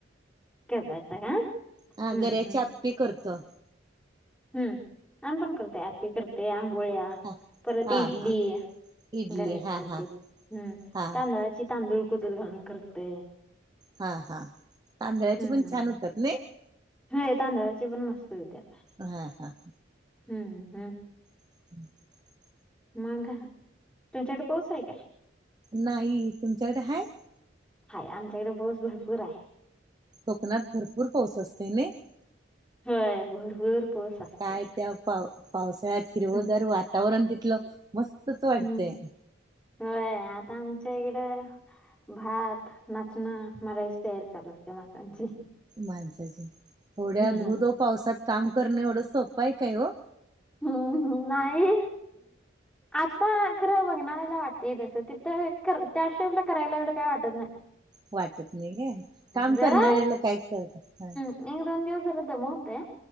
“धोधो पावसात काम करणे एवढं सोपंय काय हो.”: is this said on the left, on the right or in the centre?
Right